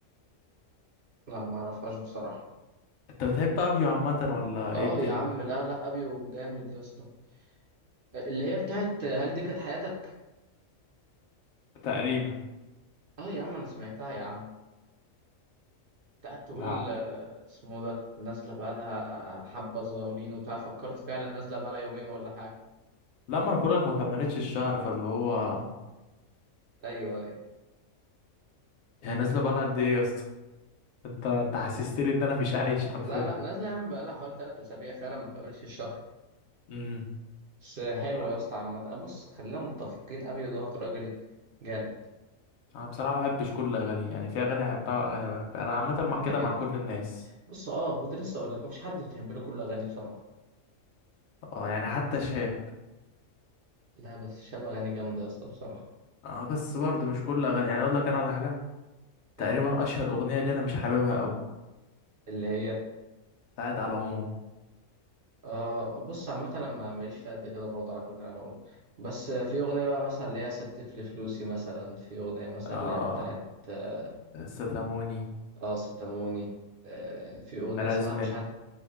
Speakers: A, on the right (about 55°); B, on the left (about 80°).
A: لا ما اعرفهاش بصراحه
B: أنت بتحب أبيو عامة ولا
A: اه
B: إيه الدنيا؟
A: يا عم لا لا ابيو جامد يا اسطى اللي هي بتاعت هل دي كانت حياتك
B: تقريبا
A: اه يا عم انا سمعتها يا عم انت قاعد تقول
B: لا
A: آه، اسمه ده نازله بقالها حبه صغيرين وبتاع فكرت فعلا نازله بقالها يومين ولا حاجه
B: لا ما أنا بقولك ما كملتش الشهر فاللي هو
A: ايوه ايوه
B: هي نازلة بقالها قد إيه يا اسطى؟ أنت أنت حسستني إن أنا مش عايش حرفيا
A: لا لا نازله يا عم بقالها حوالي ثلاث اسابيع فعلا ما كملش الشهر
B: امم
A: بس حلوة
B: لا
A: يا اسطى عامة أه، بص خلينا متفقين أبيو دوت راجل جامد
B: أنا بصراحة ما بحبش كل أغانيه يعني في أغاني أحبها وأغاني بحبها أنا عامة مع-
A: كده
B: كده
A: كده
B: مع كل الناس
A: بص اه كنت لسه أقول لك مفيش حد بتحب له كل أغانيه بصراحة
B: أه يعني حتى شاب
A: لا بس شاب أغاني جامدة يا اسطى بصراحة
B: أه بس برضه مش كل أغاني يعني أقول لك أنا على حاجة تقريبا
A: آه،
B: اشهر اغنيه اللي انا مش حاببها قوي
A: اللي هي
B: بتاعت على العموم
A: اه بص عامة أنا ما- ماليش في قد كده برضه على فكرة يا رعوم بس آه، في أغنية بقى مثلا اللي هي ستف لي فلوسي مثلا في أغنية مثلا
B: أيوة.
A: اللي
B: اه
A: هي بتاعت اه
B: ستاموني
A: آه، ستاموني آه، في أغنية
B: مرازمن
A: اسمها مش عارف